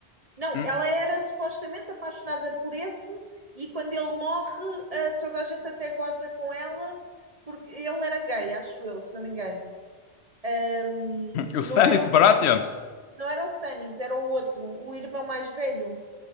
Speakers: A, on the right; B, on the left.
A: não,
B: <clears throat>
A: ela era supostamente apaixonada por esse, e quando ele morre, ah, toda a gente até goza com ela, porque ele era gay, acho eu, se não me engano. Ahm,
B: O
A: não
B: Stanis
A: era o Stannis,
B: Baratheon?
A: não era o Stannis, era o outro, o irmão mais velho,